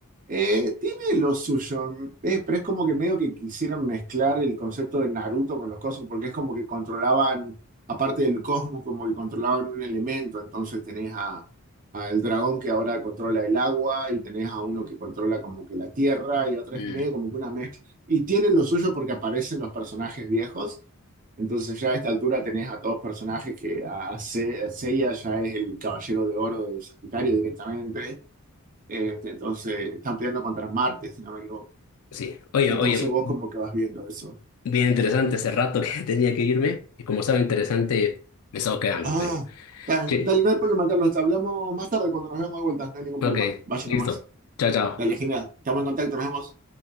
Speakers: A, on the right (about 35°); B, on the left (about 75°).
A: Eh, tiene lo suyo, eh, pero es como que medio que quisieron mezclar el concepto de Naruto con los cosmos, porque es como que controlaban, aparte del cosmos, como que controlaban un elemento. Entonces tenés a, a el dragón que ahora controla el agua, y tenés a uno que controla como que la tierra, y otra
B: Mm,
A: es medio como que una mezcla. Y tienen lo suyo porque aparecen los personajes viejos. Entonces ya a esta altura tenés a todos personajes que a, a Se- a Seiya ya es el caballero de oro de Sagitario directamente. Este, entonces, están peleando contra Marte, si no me equivoco.
B: sí, oye,
A: Entonces
B: oye,
A: vos como que vas viendo eso.
B: bien interesante, hace rato que <laughs> tenía que irme, y como estaba interesante, me estaba quedando,
A: Ah,
B: pero,
A: tan-
B: sí,
A: dale, no hay problema, Carlos. Te hablamos más tarde cuando nos vemos de vuelta. No hay ningún
B: ok,
A: problema. Vaya
B: listo,
A: nomás.
B: chao, chao.
A: Dale, genial. Estamos en contacto, nos vemos.